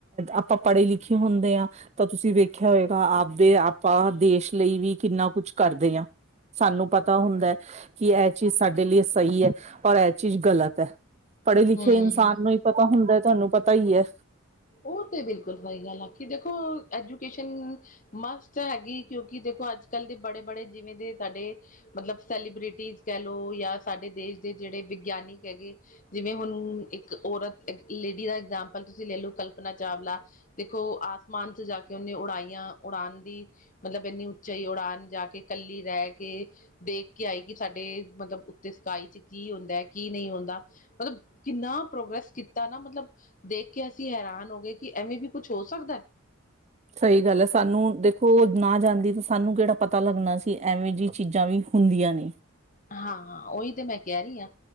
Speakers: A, on the right; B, on the left.
A: ਆਪਾਂ ਪੜ੍ਹੇ -ਲਿਖੇ ਹੁੰਦੇ ਆ। ਤਾਂ ਤੁਸੀਂ ਵੇਖਿਆ ਹੋਏਗਾ ਆਪਦੇ, ਆਪਾਂ ਦੇਸ਼ ਲਈ ਵੀ ਕਿੰਨਾ ਕੁਛ ਕਰਦੇ ਆ। ਸਾਨੂੰ ਪਤਾ ਹੁੰਦਾ ਐ ਕਿ ਇਹ ਚੀਜ਼ ਸਾਡੇ ਲਈ ਸਹੀ ਐ, ਔਰ ਇਹ ਚੀਜ਼ ਗ਼ਲਤ ਐ। ਪੜ੍ਹੇ- ਲਿਖੇ
B: ਹਮ
A: ਇਨਸਾਨ ਨੂੰ ਈ ਪਤਾ ਹੁੰਦਾ ਹੈ, ਤੁਹਾਨੂੰ ਪਤਾ ਈ ਐ।
B: ਉਹ ਤੇ ਬਿਲਕੁਲ ਸਹੀ ਗੱਲ ਆ ਕਿ ਦੇਖੋ ਐਜੂਕੇਸ਼ਨ ਮਸਤ ਹੈਗੀ, ਕਿਉਂਕਿ ਦੇਖੋ ਅੱਜ -ਕੱਲ੍ਹ ਦੇ ਬੜੇ -ਬੜੇ ਜਿਵੇਂ ਦੇ ਸਾਡੇ ਮਤਲਬ ਸੈਲੀਬ੍ਰਿਟੀਜ਼ ਕਹਿ ਲਓ ਜਾਂ ਸਾਡੇ ਦੇਸ਼ ਦੇ ਜਿਹੜੇ ਵਿਗਿਆਨਿਕ ਹੈਗੇ। ਜਿਵੇਂ ਹੁਣ ਇੱਕ ਔਰਤ ਲੇਡੀ ਦਾ ਐਗਜਾਮਪਲ ਤੁਸੀਂ ਲੈ ਲਓ, ਕਲਪਨਾ ਚਾਵਲਾ ਦੇਖੋ ਆਸਮਾਨ ਚ ਜਾ ਕੇ ਉਹਨੇ ਉਡਾਈਆਂ, ਉਡਾਨ ਦੀ ਮਤਲਬ ਇੰਨੀ ਉੱਚਾਈ ਉਡਾਨ ਜਾ ਕੇ ਕੱਲੀ ਰਹਿ ਕੇ ਦੇਖ ਕੇ ਆਈ ਕਿ ਸਾਡੇ ਮਤਲਬ ਉੱਤੇ ਸਕਾਈ ਚ ਕੀ ਹੁੰਦਾ ਐ ਕੀ ਨਹੀਂ ਹੁੰਦਾ। ਮਤਲਬ ਕਿੰਨਾ ਪ੍ਰੋਗਰੈਸ ਕੀਤਾ ਨਾ ਮਤਲਬ ਦੇਖ ਕੇ ਅਸੀਂ ਹੈਰਾਨ ਗੇ ਕਿ ਐਵੇਂ ਵੀ ਕੁੱਛ ਹੋ ਸਕਦਾ।
A: ਸਹੀ ਗੱਲ ਐ, ਸਾਨੂੰ ਦੇਖੋ ਨਾ ਜਾਂਦੀ ਤਾਂ ਸਾਨੂੰ ਕਿਹੜਾ ਪਤਾ ਲੱਗਣਾ ਸੀ ਐਵੇਂ ਜਿਹੀ ਚੀਜ਼ਾਂ ਵੀ ਹੁੰਦੀਆਂ ਨੇ
B: ਹਾਂ- ਹਾਂ ਉਹੀ ਤੇ ਮੈਂ ਕਹਿ ਰਹੀ ਆ।